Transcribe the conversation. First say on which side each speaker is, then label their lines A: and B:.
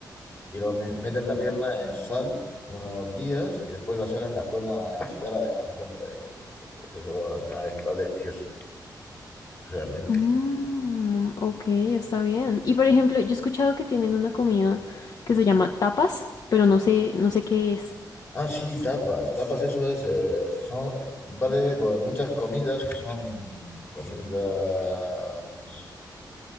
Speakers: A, on the left (about 30°); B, on the left (about 55°).
A: y lo me- meten la pierna en sal unos días y después la sacan y la cuelgan a secar a, a la sombra. Y eso, pues eso al final está delicioso, realmente.
B: Mm, ok, está bien. Y por ejemplo, yo he escuchado que tienen una comida que se llama tapas, pero no sé, no sé qué es.
A: Ah, sí, tapas. Tapas, eso es. eh, son, vale, pues muchas comidas que son comidas